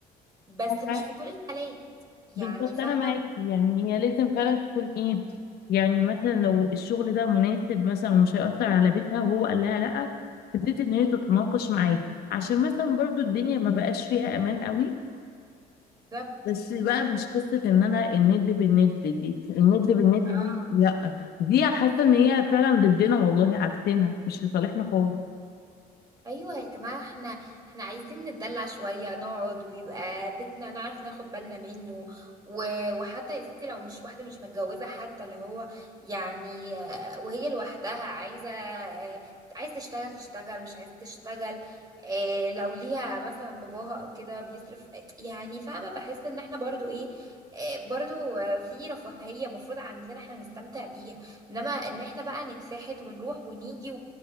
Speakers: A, on the right (about 25°); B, on the left (about 65°).
A: بس
B: واخلاق
A: مش في كل الحالات يعني
B: بالظبط
A: فاهمة
B: انا معاكي يعني هي لازم فعلا تكون ايه يعني مثلا لو الشغل ده مناسب مثلا ومش هيأثر على بيتها وهو قال لها لا تبتدي ان هي تتناقش معاه عشان مثلا برضو الدنيا ما بقاش فيها امان قوي
A: ده
B: بس بقى مش قصة ان انا الند بالند دي الند بالند
A: اه
B: دي لا دي حاسة ان هي فعلا ضدنا والله عكسنا مش لصالحنا خالص
A: ايوه يا جماعه احنا احنا عايزين نتدلع شويه نقعد ويبقى بيتنا نعرف ناخد بالنا منه و... وحتى يا ستي لو مش واحده مش متجوزه حتى اللي هو يعني آه، وهي لوحدها عايزه آه، عايز تشتغل تشتغل مش عايز تشتغل آه، لو ليها مثلا باباها او كده بيصرف آه، يعني فاهمه بحس ان احنا برضو ايه آه، برضو آه، في رفاهيه مفروض عندنا احنا نستمتع بيها انما ان احنا بقى نتفحت ونروح ونيجي